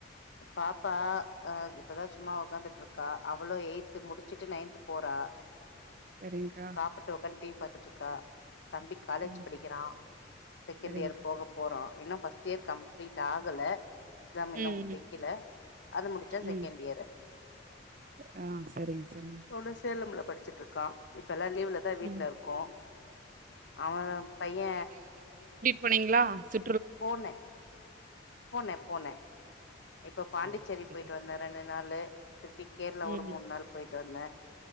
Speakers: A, on the left (about 65°); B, on the right (about 45°).
A: பாப்பா ஆ இப்பதா சும்மா உக்காந்துட்டு இருக்கா அவளோ எயி்த்து முடிச்சிட்டு நைன்த் போறா
B: சரிங்க்கா
A: சாப்புட்டு உக்காந்து டீவி பாத்துட்ருக்கா தம்பி காலேஜ்
B: சரிங்க்கா
A: படிக்கிறா செகண்ட்
B: சரிங்க்கா
A: இயர் போக போறோ இன்னு பஸ்ட் எய்ட் இயர் கம்ப்லீட் ஆகல எக்ஸாம் இன்னும்
B: ம்
A: முடி
B: ம்
A: கில அது முடிச்சா செகெண்ட்
B: ம்.
A: இயர்ரு
B: ஆ சரிங்க சரிங்க
A: பொண்ணு சேலம்ல படிச்சுட்ருக்கா இப்ப ல்லா லீவ்லதா வீட்ல
B: ம்
A: இருக்கோ அவ பைய்ய
B: போனீங்ளா சு
A: போன போன போன இப்போ பாண்டிச்சேரி
B: ஆ சரிங்க.
A: போய்ட்டு வந்த ரெண்டு நாளு <unintelligible> கேர்ளா ஒரு
B: ம்,
A: மூண் நாள் போய்ட்டு வந்த